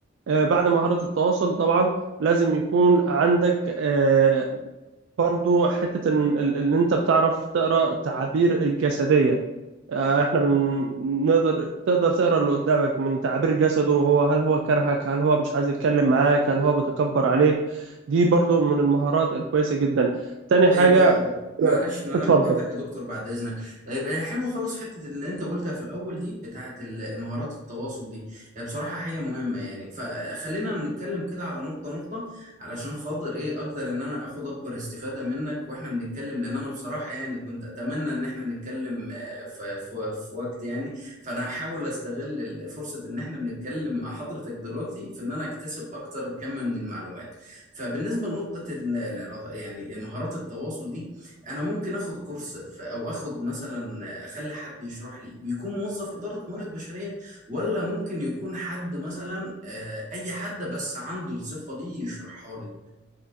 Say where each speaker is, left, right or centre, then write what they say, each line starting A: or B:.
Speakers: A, on the right; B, on the right.
A: آه، بعد مهارة التواصل طبعا لازم يكون عندك آه، برضو حتة إن إن أنت بتعرف تقرأ تعابير الجسدية آه، إحنا بن- نقدر تقدر تقرأ اللي قدامك من تعابير جسده هو هل هو كرهك هل هو مش عايز يتكلم معاك هل هو بيتكبر عليك دي برضو من المهارات الكويسة جدا تاني
B: طيب
A: حاجة
B: يا معلش ان انا
A: اتفضل
B: جبعتك يا دكتور بعد اذنك طيب آه، حلو خالص حته اللي انت قلتها في الاول دي بتاعه ال- مهارات التواصل دي هي بصراحه حاجه مهمه يعني فخلينا نتكلم كده على نقطه نقطه علشان خاطر ايه اقدر ان انا اخد اكبر استفاده منك واحنا بنتكلم لان انا بصراحه يعني كنت اتمنى ان احنا نتكلم آه، في في في وقت يعني فانا هحاول استغل ال- فرصه ان احنا بنتكلم مع حضرتك دلوقتي في ان انا اكتسب اكتر كم من المعلومات فبالنسبه لنقطه ال- العلاقة يعني مهارات التواصل دي انا ممكن اخد كورس ف- او اخد مثلا اخلي حد يشرح لي بيكون موظف اداره موارد بشريه ولا ممكن يكون حد مثلا آه، اي حد بس عنده الصفه دي يشرحها لي